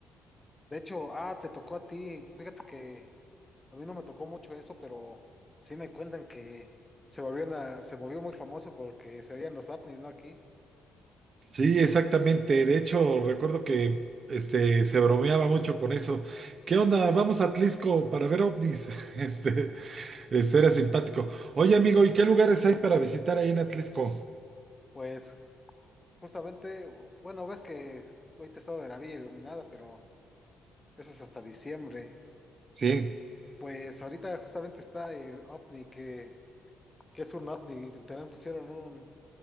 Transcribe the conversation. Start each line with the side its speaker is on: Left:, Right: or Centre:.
Left: De hecho, ah, te tocó a ti. Fíjate que a mí no me tocó mucho eso, pero sí me cuentan que se volvió una- se volvió muy famoso porque se veían los ovnis, ¿no? Aquí.
Right: Sí, exactamente. De hecho, recuerdo que este, se bromeaba mucho con eso. ¿Qué onda? Vamos a Atlisco para ver ovnis. <laughs> Este,
Left: Ajá.
Right: este, era simpático. Oye, amigo, ¿y qué lugares hay para visitar ahí en Atlisco?
Left: Pues justamente, bueno, ves que estoy testado de la Villa Iluminada, pero eso es hasta diciembre.
Right: Sí.
Left: Pues ahorita justamente está el ovni, que, que es un ovni, también pusieron un,